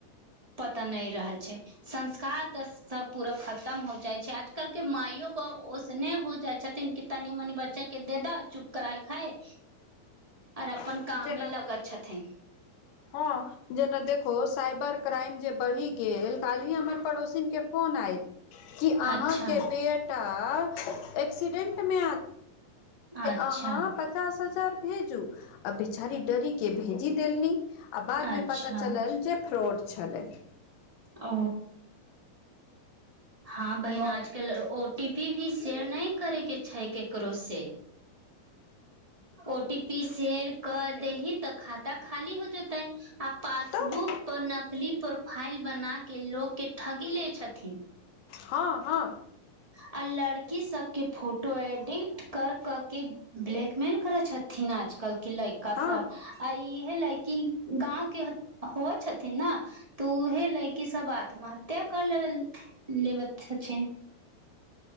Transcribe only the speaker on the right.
पता नहि रहल छै, संस्कार तऽ। सब पूरा खतम हो जाइ छै आजकल के माइयो बाप ओसने हो जाइ छथिन तनी मनि बच्चा के दे दह चुप कराय खाय
आर अपन काम
मे लगत छथिन
अच्छा
अच्छा
अच्छा
ओ हाँ बहिन आज कल ओ टी पी भी शेयर नय करे के छै केकरो से ओ टी पी सेयर कऽ देलही तऽ खाता खाली हो जेतै आ पासबुक
पर नकली प्रोफाइल बना के लोक के ठगी ले छथिन
आ लड़की सब के फोटो एडिट कर कऽ के ब्लैकमेल करैत छथि थिन आजकल के लैयका
सब आ इहे लएकी कि गाँव के हो छथिन ने तऽ उएहे लै किी सभ आत्महत्या कर लेब लेब छथिन